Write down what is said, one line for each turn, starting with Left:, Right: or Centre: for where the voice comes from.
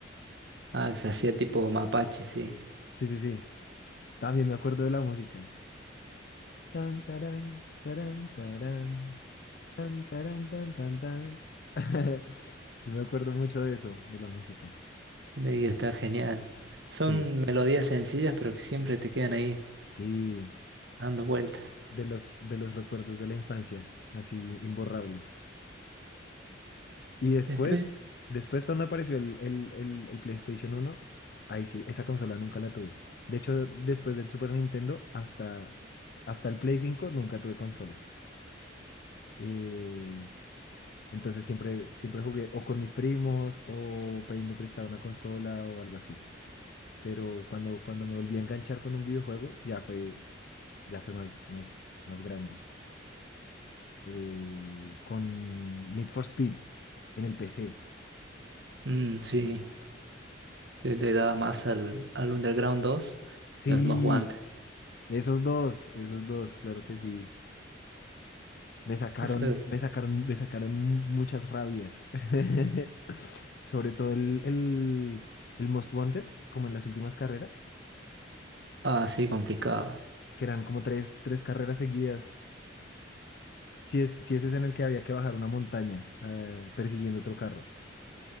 Right: Ah, que se hacía tipo mapache, sí.
Left: Sí, sí, sí. También me acuerdo de la música. Tan, tarán, tarán, tarán, tan, tarán, tan, tan, tan. <laughs> Yo me acuerdo mucho de eso, de la música.
Right: Y está genial. Son
Left: Sí,
Right: melodías sencillas, pero que siempre te quedan ahí
Left: sí,
Right: dando vueltas.
Left: de los, de los recuerdos de la infancia, así imborrables. Y después,
Right: Después,
Left: después cuando apareció el, el, el, el PlayStation uno ahí sí, esa consola nunca la tuve. De hecho, después del Super Nintendo hasta, hasta el Play 5 nunca tuve consola. Eh, entonces siempre, siempre jugué o con mis primos o pidiendo prestada una consola o algo así. Pero cuando, cuando me volví a enganchar con un videojuego, ya fue, ya fue más, más, más grande. Eh, con Need for Speed en el PC.
Right: mm, sí. Yo le daba más al, al Underground dos
Left: Sí,
Right: y al Most Wanted.
Left: Esos dos, esos dos, claro que sí. Me sacaron,
Right: Eso es
Left: me sacaron, me sacaron mu- muchas rabias. <laughs> Sobre todo el, el, el Most Wanted, como en las últimas carreras,
Right: así complicado.
Left: que eran como tres, tres carreras seguidas. Si es, si ese es en el que había que bajar una montaña, eh, persiguiendo otro carro.